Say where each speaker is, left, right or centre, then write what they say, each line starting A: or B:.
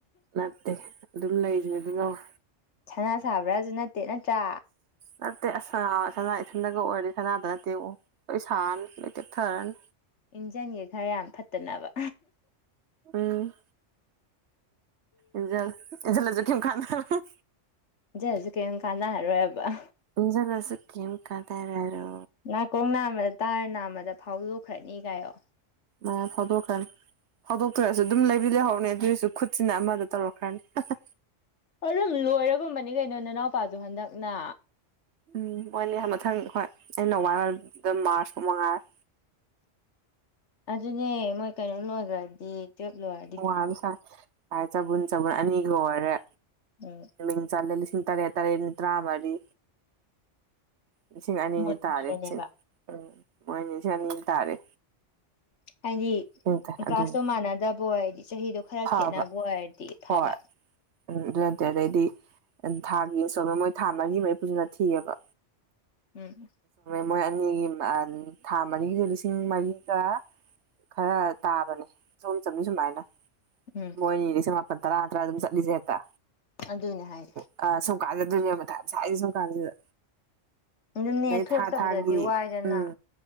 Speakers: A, on the right (about 70°); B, on the left (about 70°).
A: ꯅꯠꯇꯦ ꯑꯗꯨꯝ ꯂꯩꯖꯤꯅꯤ ꯑꯗꯨꯅꯕꯨ
B: ꯁꯅꯥ ꯁꯥꯕ꯭ꯔꯥꯖꯨ ꯅꯠꯇꯦ ꯅꯠꯇ꯭ꯔꯥ
A: ꯅꯠꯇꯦ ꯑꯁ ꯁꯅꯥ ꯁꯅꯥ ꯏꯊꯟꯗꯒ ꯑꯣꯏꯔꯗꯤ ꯁꯅꯥꯗ ꯅꯠꯇꯦꯕꯣ ꯄꯩꯁꯥꯅ ꯂꯣꯏ ꯇꯦꯛꯊꯔꯅꯤ
B: ꯏꯟꯖꯟꯒꯦ ꯈꯔ ꯌꯥꯝ ꯐꯠꯇꯅꯕ
A: ꯎꯝ ꯏꯖꯦꯜꯂꯨ ꯏꯖꯜꯂꯖꯨ ꯀꯩꯝ ꯈꯥꯟꯅꯔꯣꯏ
B: ꯏꯟꯖꯜꯂꯖꯨ ꯀꯩꯝ ꯀꯥꯟꯅꯔꯔꯣꯏꯕ
A: ꯏꯟꯖꯜꯂꯁꯨ ꯀꯩꯝ ꯀꯥꯟꯅꯔꯔꯣꯏ
B: ꯅꯥꯀꯣꯡ ꯅꯥꯝꯃꯗ ꯇꯥꯔ ꯅꯥꯝꯃꯗ ꯐꯥꯎꯗꯣꯛꯈ꯭ꯔꯅꯤ ꯀꯥꯏꯌꯣ
A: ꯑꯥ ꯐꯥꯎꯗꯣꯛꯈꯔꯥꯅꯤ ꯐꯥꯎꯗꯣꯛꯇꯔꯁꯨ ꯑꯗꯨꯝ ꯂꯩꯕꯨꯗꯤ ꯂꯩꯍꯧꯅꯤ ꯑꯗꯨꯁꯨ ꯈꯨꯠꯁꯤꯅ ꯑꯃꯗ ꯇꯧꯔꯛꯈ꯭ꯔꯅꯤ
B: ꯑꯗꯨꯝ ꯂꯣꯏꯔꯒꯨꯝꯕꯅꯤ ꯀꯩꯅꯣ ꯅꯅꯥꯎꯄꯥꯖꯨ ꯍꯟꯗꯛꯅ
A: ꯎꯝ ꯃꯣꯏꯅꯦ ꯃꯊꯪ ꯍꯣꯏ ꯑ ꯅꯣꯡꯋꯥꯏꯗ ꯃꯥꯔꯁ ꯄꯧ ꯃꯉꯥꯏꯔꯦ
B: ꯑꯗꯨꯅꯦ ꯃꯣꯏ ꯀꯩꯅꯣ ꯂꯣꯏꯒꯔꯗꯤ ꯇꯨꯋꯦꯞ ꯂꯣꯏꯔ
A: ꯋꯥꯏꯑꯝ ꯁꯪꯉꯦ ꯆꯕꯨꯟ ꯆꯕꯨꯟ ꯑꯅꯤꯒ ꯑꯣꯏꯔꯦ
B: ꯎꯝ
A: ꯃꯤꯡ ꯆꯜꯂꯦ ꯂꯤꯁꯤꯡ ꯇꯔꯦꯠ ꯇꯔꯦꯠꯅꯤ ꯇꯔꯥ ꯃꯔꯤ ꯂꯤꯁꯤꯡ ꯑꯅꯤꯅꯤ
B: ꯃꯣꯏꯅꯤꯗꯅꯦꯕ
A: ꯇꯥꯔꯦꯁꯤꯡ ꯎꯝ ꯃꯣꯏ ꯂꯤꯁꯤꯡ ꯑꯅꯤ ꯇꯥꯔꯦ
B: ꯍꯥꯏꯗꯤ
A: ꯎꯝ
B: ꯀ꯭ꯂꯥꯁꯇꯣ
A: ꯑꯗꯨꯅꯤ
B: ꯃꯥꯟꯅꯗꯕ ꯑꯣꯏꯗꯤ ꯆꯍꯤꯗꯣ ꯈꯔ
A: ꯐꯕ
B: ꯈꯦꯠꯅꯕ ꯑꯣꯏꯔꯗꯤ ꯐꯕ
A: ꯍꯣꯏ ꯎꯝ ꯑꯗꯨ ꯅꯠꯇꯦ ꯑꯗꯩꯗꯤ ꯊꯥꯒꯤ ꯏꯟꯁꯣꯜ ꯃꯣꯏ ꯊꯥ ꯃꯔꯤ ꯃꯔꯤ ꯄꯨꯁꯤꯗ ꯊꯤꯑꯦꯕ
B: ꯎꯝ ꯎꯝ
A: ꯃꯣꯏ ꯑꯅꯤꯒꯤ ꯊꯥ ꯃꯔꯤꯒꯤꯁꯨ ꯂꯤꯁꯤꯡ ꯃꯔꯤꯒ ꯈꯔ ꯇꯥꯕꯅꯦ ꯆꯍꯨꯝ ꯆꯝꯅꯤ ꯁꯨꯃꯥꯏꯅ
B: ꯎꯝ
A: ꯃꯣꯏꯅꯤ ꯂꯤꯁꯤꯡ ꯃꯥꯄꯟ ꯇꯔꯥ ꯇꯔꯥ ꯑꯗꯨꯝ ꯆꯠꯂꯤꯖꯦ ꯍꯦꯛꯇ
B: ꯑꯗꯨꯅꯦ ꯍꯥꯏ
A: ꯑ ꯁꯨꯝꯀꯥꯟꯗ ꯗꯨꯅꯦ ꯃꯊꯥ ꯁꯥꯏꯖꯦ ꯁꯨꯝꯀꯥꯟꯖꯤꯗ
B: ꯑꯗꯨꯅꯦ
A: ꯑꯗꯩ
B: ꯊꯣꯛꯇꯕꯗꯗꯤ
A: ꯊꯥ ꯊꯥꯒꯤ
B: ꯋꯥꯏꯗꯅ
A: ꯎꯝ